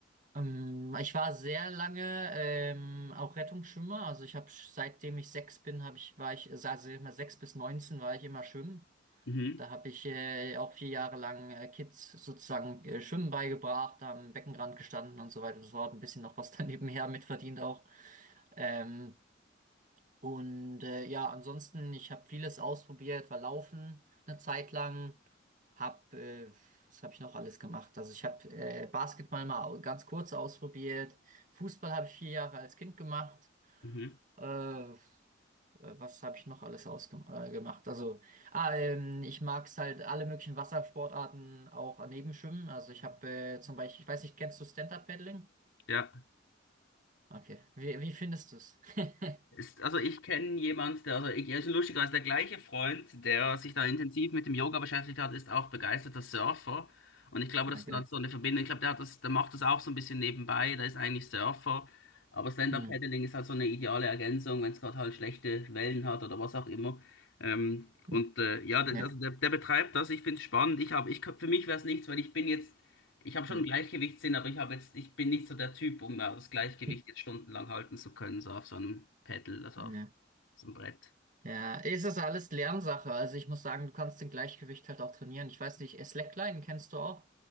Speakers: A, on the right; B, on the left.
A: Ähm, ich war sehr lange ähm, auch Rettungsschwimmer. Also ich habe seitdem ich sechs bin, habe ich, war ich, also immer sechs bis neunzehn war ich immer schwimmen.
B: Mhm,
A: Da habe ich äh, auch vier Jahre lang äh, Kids sozusagen äh, Schwimmen beigebracht, am Beckenrand gestanden und so weiter und so fort. Ein bisschen noch was <laughs> daneben her mitverdient auch. Ähm, und äh, ja, ansonsten, ich habe vieles ausprobiert, war Laufen eine Zeit lang, hab, äh, was habe ich noch alles gemacht? Also ich habe äh, Basketball mal au- ganz kurz ausprobiert, Fußball habe ich vier Jahre als Kind gemacht.
B: mhm.
A: Äh, äh, was habe ich noch alles ausgemacht? Äh, gemacht? also, ah, ähm, ich mag es halt alle möglichen Wassersportarten auch daneben schwimmen. Also ich habe äh, zum Beispiel, ich weiß nicht, kennst du Stand-Up-Paddling?
B: Ja.
A: Okay. Wie, wie findest du es? <laughs>
B: Ist, also ich kenne jemand, der, also ich, ja, ist lustigerweise der gleiche Freund, der sich da intensiv mit dem Yoga beschäftigt hat, ist auch begeisterter Surfer. Und ich glaube, das
A: Okay.
B: ist dann so eine Verbindung. Ich glaube, der hat das, der macht das auch so ein bisschen nebenbei. Der ist eigentlich Surfer. Aber Stand-Up-Paddling
A: Hm.
B: ist halt so eine ideale Ergänzung, wenn es gerade halt schlechte Wellen hat oder was auch immer. Ähm,
A: Hm.
B: und äh, ja, der,
A: Ja.
B: der, der der betreibt das. Ich finde es spannend. Ich hab, ich, kann- für mich wäre es nichts, weil ich bin jetzt ich habe schon
A: Hm.
B: einen Gleichgewichtssinn, aber ich habe jetzt, ich bin nicht so der Typ, um das Gleichgewicht
A: hm,
B: jetzt stundenlang halten zu können, so auf so einem Pedal, also
A: Ja.
B: auf so einem Brett.
A: Ja, es ist alles Lernsache. Also ich muss sagen, du kannst den Gleichgewicht halt auch trainieren. Ich weiß nicht, Slackline kennst du auch?